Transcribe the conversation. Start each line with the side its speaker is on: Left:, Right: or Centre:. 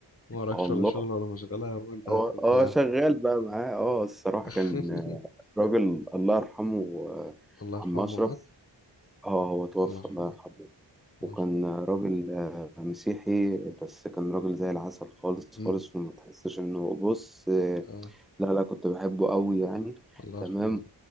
Left: ما وراكش
Centre: والله
Left: ولا شغل ولا مشغله وانت هتفضل
Centre: اه اه
Left: قاعد
Centre: شغال
Left: معايا
Centre: بقى معاه اه الصراحه
Left: <laughs>
Centre: كان راجل الله يرحمه آه،
Left: الله يرحمه
Centre: عم اشرف
Left: هو مات
Centre: اه هو توفى
Left: الله يرحمه
Centre: الله يرحمه وكان
Left: الله يرحمه
Centre: راجل آه، مسيحي بس كان راجل زي العسل خالص
Left: امم
Centre: خالص وما تحسش انه بص آه،
Left: اه
Centre: لا لا كنت بحبه قوي يعني
Left: الله
Centre: تمام
Left: يرحمه